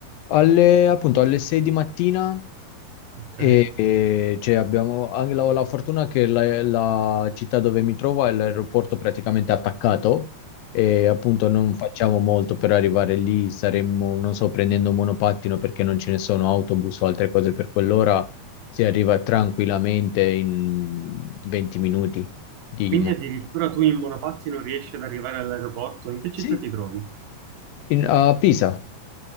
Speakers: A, on the left (about 80°); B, on the right (about 75°).
A: Alle, appunto, alle 6 di mattina
B: Ok.
A: E, e, cioè, abbiamo anche la, la fortuna che la, la città dove mi trovo è l'aeroporto praticamente attaccato e appunto non facciamo molto per arrivare lì, saremmo, non so, prendendo un monopattino perché non ce ne sono autobus o altre cose per quell'ora, si arriva tranquillamente in 20 minuti di
B: Quindi
A: mo-
B: addirittura tu in monopatti non riesci ad arrivare all'aeroporto? In che città
A: Sì,
B: ti trovi?
A: in- a Pisa.